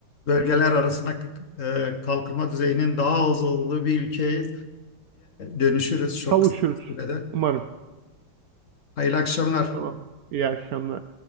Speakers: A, on the left (about 50°); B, on the right (about 85°).
A: bölgeler arasında e, kalkınma düzeyinin daha az olduğu bir ülkeye dönüşürüz çok
B: Kavuşuruz
A: kısa sürede.
B: umarım.
A: Hayırlı akşamlar.
B: Tamam. İyi akşamlar.